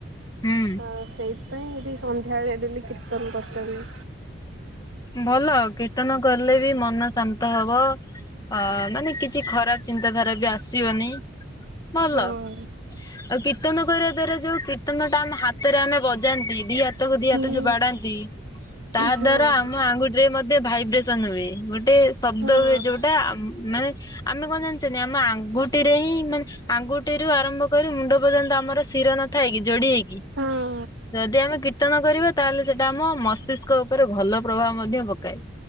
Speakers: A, on the left (about 20°); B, on the right (about 65°).
A: ହୁଁ
B: ଆ ସେଇଥିପାଇଁ ଏଠି ସନ୍ଧ୍ୟାବେଳେ ଡେଲି କୀର୍ତ୍ତନ କରିଛନ୍ତି।
A: ଭଲ କୀର୍ତ୍ତନ କଲେ ବି ମନ ଶାନ୍ତ ହବ। ଆ ମାନେ କିଛି ଖରାପ ଚିନ୍ତାଧାରା ବି ଆସିବନି। ଭଲ
B: ହଁ
A: ଆଉ କୀର୍ତ୍ତନ କରିବା ଦ୍ୱାରା ଯୋଉ କୀର୍ତ୍ତନ ଟା ଆମ ହାତରେ ଆମେ ବଜାନ୍ତି ଦି ହାତ ହାତକୁ ଦି
B: ହୁଁ
A: ହାତ ଯୋଉ ବାଡାନ୍ତି ତାହା
B: ହଁ
A: ଦ୍ଵାରା ଆମ ଆଙ୍ଗୁଠିରେ ମଧ୍ୟ ଭାଇବ୍ରେସନ ହୁଏ ଗୋ ଗୋଟେ ଶବ୍ଦ
B: ହଁ
A: ହୁଏ ଯୋଉଟା ମାନେ ଆମେ କଣ ଜାଣିଛ ଆମ ଆଙ୍ଗୁଠିରେ ହିଁ ମାନେ ଆଙ୍ଗୁଠିରୁ ଆରମ୍ଭ କରି ମୁଣ୍ଡ ପର୍ଯ୍ୟନ୍ତ ଆମର ସି ଶୀର ନଥାଏ କି ଯୋଡି ହେଇକି
B: ହଁ
A: ଯଦି ଆମେ କୀର୍ତ୍ତନ କରିବା ତାହେଲେ ସେଇଟା ଆମ ମସ୍ତିଷ୍କ ଉପରେ ଭଲ ପ୍ରଭାବ ମଧ୍ୟ ପକାଏ